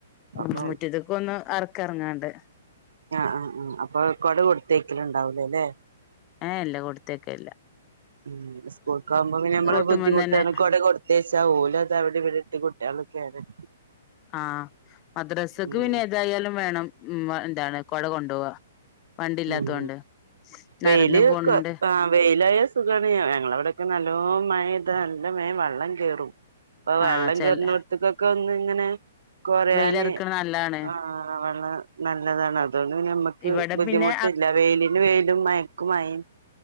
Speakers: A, on the left (about 30°); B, on the right (about 65°).
A: ഉം
B: അപ്പൊ
A: മുറ്റത്ത്ക്ക് ഒന്ന് ആർക്കും എറങ്ങാണ്ട്
B: ആഹ ആ ആ അപ്പൊ കൊട കൊടുത്തേക്കലും ഉണ്ടാവൂലേ അല്ലേ
A: ആഹ ഇല്ല കൊടുത്തൊക്ക ഇല്ല
B: ഉ സ്കൂൾക്ക ആകുമ്പോ പിന്നെ നമ്മളെ
A: റോട്ടുമ്മന്ന്
B: ബുദ്ധിട്ടാണ്
A: തന്നെ
B: <unintelligible> കൊടുത്തേ സകല അത അവിടെ ഇവിടെട്ട് കുട്ടികളൊക്കെ ആരുന്നു
A: ആഹ് മദ്രസക്ക്
B: ഉം
A: പിന്നെ ഏതായാലും വേണം ഉം എന്താണ് കൊട കൊണ്ടോവാ വണ്ടി ഇല്ലാത്തോണ്ട്
B: ഉം വെയില്കെ
A: നടന്ന് പോണോണ്ട്
B: ആ വെയിലായ സുഖമാണ് ഞങ്ങളവിടെക്കെ നല്ല ല്ലോം മഴയ്താ നല്ലം വേം വെള്ളം കേറും ഇപ്പൊ
A: ആ
B: വെള്ളം
A: ചെല
B: കേർണോട്ത്ത്ക്കൊക്കൊന്ന് തെങ്ങനെ കൊറിയാന്
A: വെയിലറക്കണ നല്ലാണ്
B: <unintelligible> നല്ലതാണ് അത് അതു പിന്നെ നമ്മക്ക്-
A: ഇവിടെ
B: ബുദ്ധിമുട്ടില്ല
A: പിന്നെ
B: വെയിലിന് വെയിലും മയക്കും മയയും